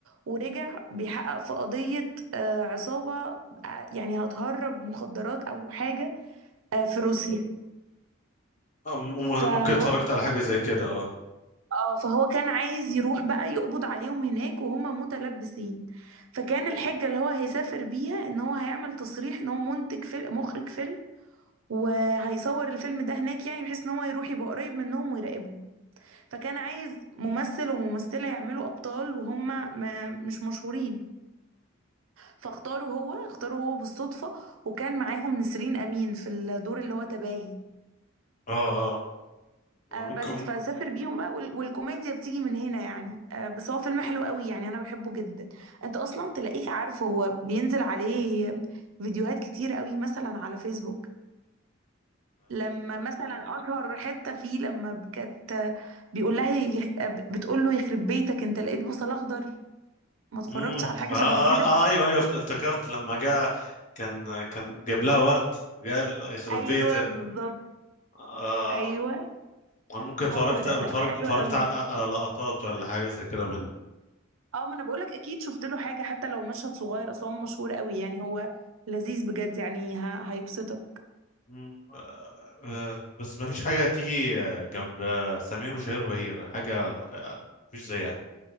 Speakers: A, on the right (about 70°); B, on the left (about 35°).
A: ورجع بيحقق في قضية آه، عصابة آه، يعني هتهرب مخدرات أو حاجة آه، في روسيا
B: آه، م-
A: فهو
B: ممكن اتفرجت على حاجة زي كده اه
A: آه، فهو كان عايز يروح بقى يقبض عليهم هناك وهم متلبسين فكان الحجة اللي هو هيسافر بيها إن هو هيعمل تصريح إن هو منتج فيلم مخرج فيلم وهيصور الفيلم ده هناك يعني بحيث ان هو يروح يبقى قريب منهم ويراقبهم فكان عايز ممثل وممثلة يعملوا أبطال وهم ما مش مشهورين فاختاره هو اختاره هو بالصدفة وكان معاهم نسرين أمين في الدور اللي هو تباهي
B: اه اه ممكن
A: آه بس فسافر بيهم بقى وال- والكوميديا بتيجي من هنا يعني آه بس هو فيلم حلو قوي يعني أنا بحبه جدا أنت أصلا تلاقيك عارفه هو بينزل عليه فيديوهات كتير قوي مثلا على فيسبوك لما مثلا أشهر حتة فيه لما ب- كانت آه، بيقول لها يخ... بتقول له يخرب بيتك أنت لقيت بصل أخضر ما اتفرجتش
B: امم
A: على حاجة
B: آه,
A: شبه
B: آه,
A: كده
B: اه ايوه ايوه افت- افتكرت لما جاء كان كان جاب لها ورد قال يخرب
A: أيوه
B: بيتك
A: بالظبط
B: آه
A: أيوه
B: انا ممكن اتفرجت
A: هو ده
B: بتفرج
A: لا حلو
B: اتفرجت
A: قوي
B: على على لقطات ولا حاجه زي كده من
A: اه ما انا بقولك اكيد شفت له حاجه حتى لو مشهد صغير اصلا هو مشهور قوي يعني هو لذيذ بجد يعني ه- هيبسطك
B: مم. آه، آه، بس ما فيش حاجه تيجي آه، جنب آه، سمير وشهير وبهير حاجه آه، مفيش زيها